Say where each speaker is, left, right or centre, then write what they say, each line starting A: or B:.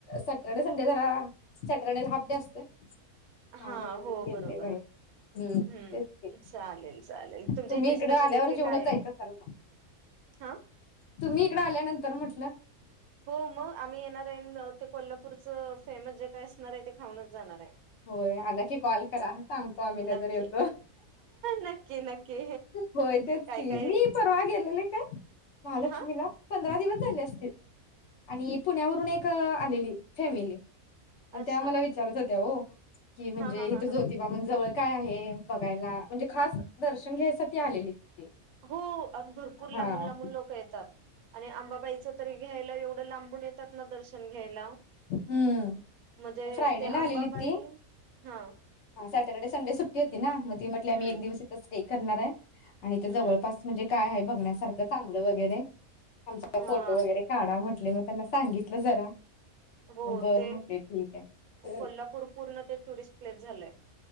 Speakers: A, on the left; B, on the right.
A: सा सॅटरडे संडे जरा, सॅटरडे ला हाफ डे असतोय. काम
B: हा
A: होतं म्हणून
B: हो
A: गेलते
B: बरोबर,
A: बाहेर हम्म
B: हम्
A: तेच की
B: चालेल चालेल, तुमच्या
A: तुम्ही
B: इथली
A: इकडं
B: स्पेशलिटी
A: आल्यावर जेवणात
B: काय
A: जायच
B: आहे?
A: असाल मग
B: हा.
A: तुम्ही इकड आल्यानंतर म्हटलं.
B: हो मग आम्ही येणार आहे ते कोल्हापूरच फेमस जे काय असणार आहे ते खाऊनच जाणार आहे.
A: होय आला की कॉल करा सांगतो आम्ही नंतर
B: नक्की
A: येतो.
B: नक्की नक्की
A: होय तेच
B: काय
A: की
B: काय
A: मी परवा गेलेले काय महालक्ष्मीला
B: हा
A: पंधरा दिवस झाले असतील आणि पुण्यावरून एक आलेली फॅमिली.
B: अच्छा
A: त्या मला विचारत होत्या हो. की म्हणजे
B: हा हा
A: इथं
B: हा हा
A: जोतिबानं जवळ काय आहे. बघायला. म्हणजे खास दर्शन घ्यायसाठी आलेलीत ती
B: हो भरपूर
A: हा
B: लांबून
A: हां.
B: लांबून लोक येतात. आणि आंबाबाईच तरी घ्यायला एवढं लांबून येतात ना दर्शन घ्यायला.
A: हम्म
B: म्हणजे
A: फ्रायडेला
B: ते आंबाबाई
A: आलेली ती
B: हा
A: सॅटरडे संडे सुट <unintelligible> होती ना. म ती म्हटली आम्ही
B: हम्म
A: एक दिवस हितच ते करणार आहे. आणि ते
B: हम्म
A: जवळपास म्हणजे काय आहे बघ बघण्यासारख चांगलं वगैरे. आमचा
B: हा
A: फोटो वगैरे काढा म्हटले म त्यांना सांगितलं जरा.
B: हो
A: मग बरं
B: ते
A: म्हटले ठीक आहे
B: कोल्हापूर पूर्ण ते टुरिस्ट प्लेस झालंय.